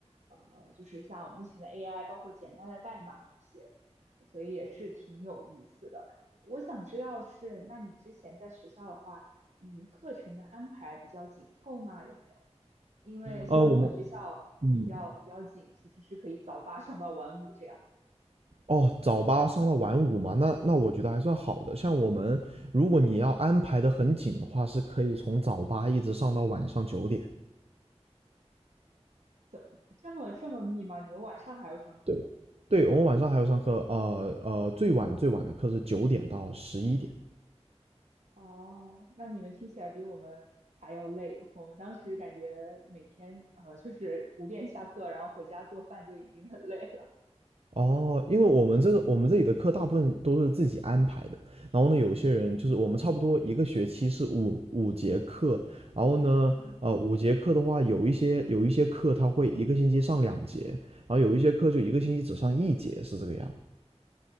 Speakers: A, on the right; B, on the right.
A: 呃，就是像目前的 AI，包括简单的代码这些，所以也是挺有意思的。我想知道是，那你之前在学校的话。嗯，课程的安排比较紧凑吗？有没有？因为像我们学校比较比较紧，
B: 呃，我们嗯，
A: 其实是可以早八上到晚五这样的。
B: 哦，早八上到晚五嘛，那那我觉得还算好的。像我们，如果你要安排的很紧的话，是可以从早八一直上到晚上九点。
A: 怎这么这么密吗？你们晚上还要上课呢？
B: 对，对，我们晚上还要上课，呃呃，最晚最晚的课是九点到十一点。
A: 哦，那你们听起来比我们还要累。我们当时感觉每天呃就是五点下课，然后回家做饭就已经很累了。
B: 哦，因为我们这个我们这里的课大部分都是自己安排的，然后呢，有些人就是我们差不多一个学期是五五节课，然后呢，
A: 嗯，
B: 呃，五节课的话，有一些有一些课他会一个星期上两节，然后有一些课就一个星期只上一节，是这个样。